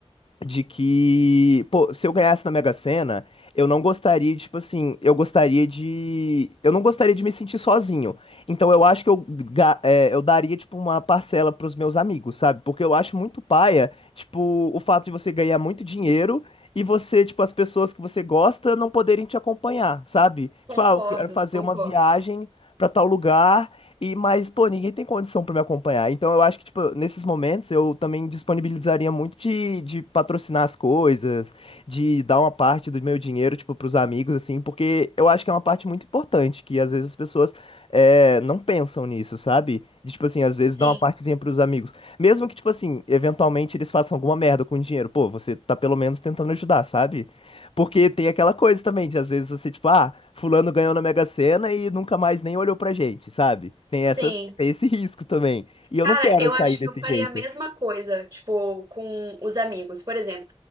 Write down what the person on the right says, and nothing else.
Concordo,
concordo.
Sim,
sim.
Cara,
eu
acho
que eu faria
a mesma coisa, tipo, com os amigos. Por exemplo,